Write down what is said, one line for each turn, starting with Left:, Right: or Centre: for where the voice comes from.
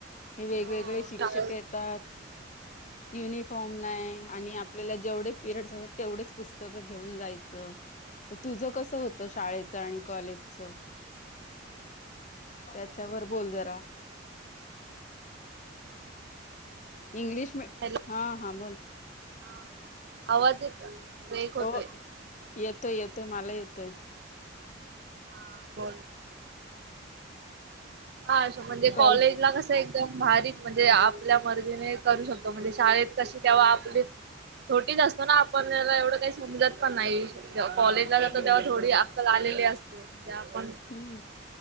Left: हे वेगवेगळे
Right: हो
Left: शिक्षक
Right: शाळेत
Left: येतात युनिफॉर्म नाही आणि आपल्याला जेवढे पिरियड असात तेवढेच पुस्तकं घेऊन जायचं तर तुझं कस होत शाळेच आणि कॉलेजच त्याच्यावर बोल जरा इंग्लिश म
Right: हॅलो
Left: हा, हा बोल
Right: हा आवाज एक ब्रेक होतोय
Left: हो येतोय येतोय मला येतोय
Right: हा बोल हा म्हणजे
Left: कॉल
Right: कॉलेज ला कसं एक एकदम भारीच म्हणजे आपल्या मर्जीने करू शकतो म्हणजे शाळेत कसे तेव्हा आपले थोड असतो ना आपण त्याला एवढं काही समजत पण नाही जेव्हा कॉलेजला जातो
Left: हम्म
Right: तेव्हा थोडी आलेले असते म्हणजे आपण
Left: हम्म